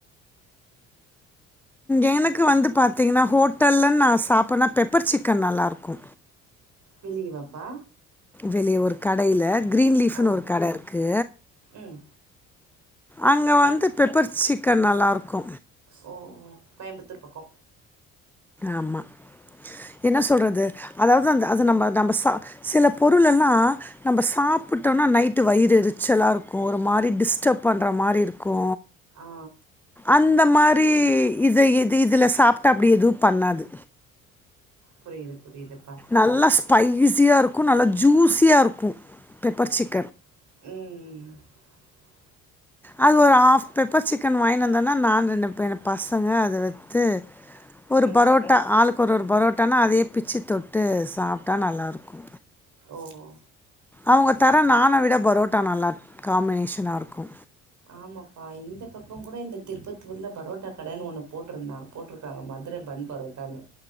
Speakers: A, in the centre; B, on the right.
A: எனக்கு வந்து பாத்திங்கனா ஹோட்டல்ல நா சாப்பனா பெப்பர் சிக்கன் நல்லாருக்கு
B: வெளியவா ப்பா
A: வெளிய ஒரு கடையில கிரீன் லீஃப்ன்னு
B: ஆ
A: ஒரு கட இருக்கு
B: ம்
A: அங்க வந்து
B: எங்
A: பெப்பர் சிக்கன் நல்லாயிருக்கு
B: ஓ கோயம்புத்தூர் பக்கோ
A: ஆமா என்ன சொல்றது அதாவது அந்த அத நம்ப நம்ப சா சில பொருளெல்லா நம்ப சாப்டோம்னா நைட்டு வயிறு எரிச்சலாருக்கு ஒரு மாரி டிஸ்டப் பண்ற மாரி இருக் கு
B: ஆ
A: அந்த மாரி தி இது இது இதுல சாப்ட்டா அப்டி எதுப் பண்ணாது
B: புரியுதுப் புரியுதுப்பா
A: நல்லா ஸ்பைசியா இருக்கு நல்லா ஜூஸியா இருக்கு பெப்பர் சிக்
B: ம் ம் ம்
A: அது ஒரு ஹாஃப் பெப்பர் சிக்கன் வாய்ந்து வந்தோன்னா நா ரெண்டு பெயனு பசங்க அத வெத்து ஒரு
B: ம்
A: பரோட்டா ஆளுக் கொரு ஒரு பரோட்டானா அதே பிச்சி தொட்டு சாப்ட்டா நல்லாயிருக்கு
B: ஒ ஒ
A: அவங்க தர நான்ன விட பரோட் கா நல்லாக் காம்பினேஷனா இருக்கு
B: ஆமாப்பா இந்த பக்க கூட இந்த திருப்பத்தூர்ல பரோட்டா கடனு ஒன்னு போட்டுருந்தா போட்டுருக்காங்க மதுர பன் பரோட்டான்னு